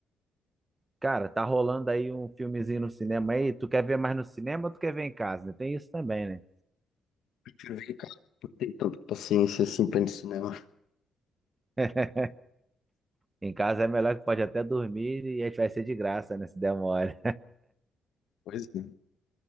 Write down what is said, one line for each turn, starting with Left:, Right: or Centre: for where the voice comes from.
Right: Cara, tá rolando aí um filmezinho no cinema aí, tu quer ver mais no cinema ou tu quer ver em casa? né? Tem isso também, né?
Left: Prefiro ver, em casa, não tenho tanta paciência assim pra ir no cinema.
Right: <laughs> Em casa é melhor que pode até dormir e a gente vai ser de graça, né, se der mole.
Left: Pois é.